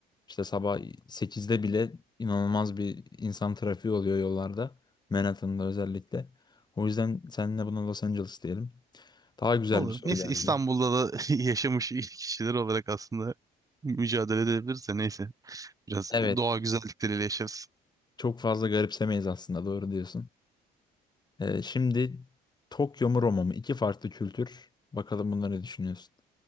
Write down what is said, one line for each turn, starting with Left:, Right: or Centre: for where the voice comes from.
Left: işte sabah sekizde bile inanılmaz bir insan trafiği oluyor yollarda Manhattan'da özellikle. O yüzden seninle buna Los Angeles diyelim. Daha güzel
Right: Olur.
Left: bir soru
Right: Neyse
Left: geldi.
Right: İstanbul'da da <laughs> yaşamış kişiler olarak aslında mücadele edebiliriz de neyse. Biraz
Left: Evet,
Right: doğa güzellikleriyle yaşarız.
Left: çok fazla garipsemeyiz aslında doğru diyorsun. Ee, şimdi Tokyo mu Roma mı? İki farklı kültür. Bakalım bunları ne düşünüyorsun?